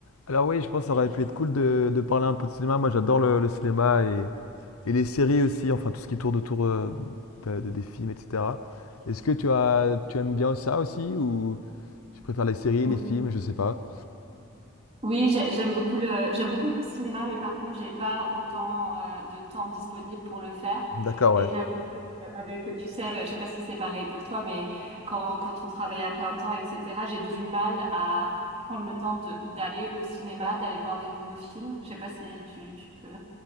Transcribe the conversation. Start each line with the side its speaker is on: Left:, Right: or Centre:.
Left: Alors oui, je pense que ça aurait pu être cool de, de parler un peu de cinéma. Moi, j'adore le, le cinéma et, et les séries aussi, enfin tout ce qui tourne autour euh, de- de- des films, etc. Est-ce que tu as, tu aimes bien ça aussi ou tu préfères les séries,
Right: Ou-
Left: les films, je sais pas.
Right: Oui, j'ai- j'aime beaucoup le, j'aime beaucoup le cinéma, mais par contre, j'ai pas autant euh, de temps disponible pour le faire.
Left: D'accord,
Right: Et
Left: ouais.
Right: j'avoue que euh, avec, tu sais, je sais pas si c'est pareil pour toi, mais quand, quand on travaille à plein temps, etc., j'ai du mal à prendre le temps de, d'aller au cinéma, d'aller voir des nouveaux films. Je sais pas si tu, tu peux,